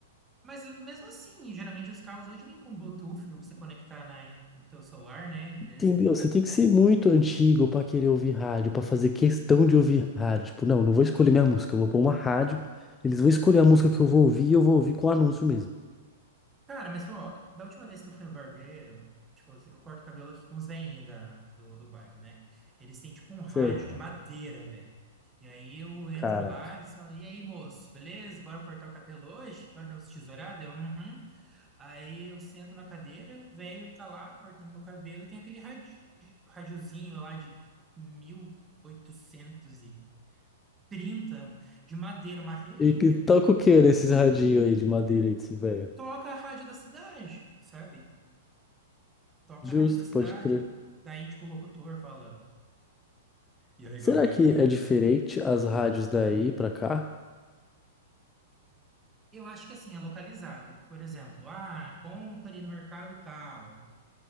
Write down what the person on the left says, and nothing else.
Entendeu?
Você tem que ser muito antigo pra querer ouvir rádio, pra fazer questão de ouvir rádio. Tipo, não, não vou escolher minha música, eu vou pôr uma rádio, eles vão escolher a música que eu vou ouvir e eu vou ouvir com anúncio mesmo.
Certo.
Caraca.
E que toca
o que nesses radinhos aí de madeira aí desse velho?
Justo,
pode crer.
Será
que
é diferente as rádios daí pra cá?